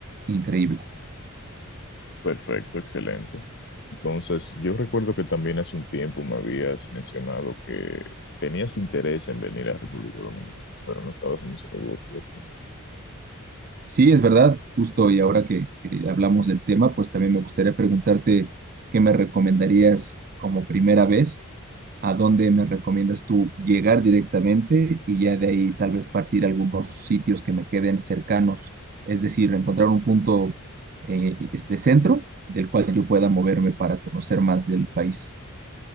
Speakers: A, on the right; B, on the left.
A: increíble.
B: Perfecto, excelente. Entonces, yo recuerdo que también hace un tiempo me habías mencionado que tenías interés en venir a República Dominicana, pero no estabas muy seguro, ¿cierto?
A: Sí, es verdad, justo y ahora que, que hablamos del tema, pues también me gustaría preguntarte qué me recomendarías como primera vez, a dónde me recomiendas tú llegar directamente y ya de ahí tal vez partir a algunos sitios que me queden cercanos, es decir, encontrar un punto eh, es de centro del cual yo pueda moverme para conocer más del país.